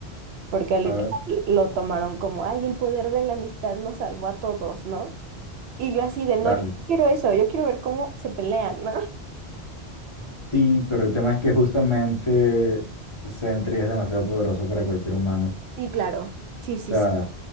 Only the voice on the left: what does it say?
A ver,
claro.
Sí, pero el tema es que justamente Sentry es demasiado poderoso para cualquier humano.
O sea,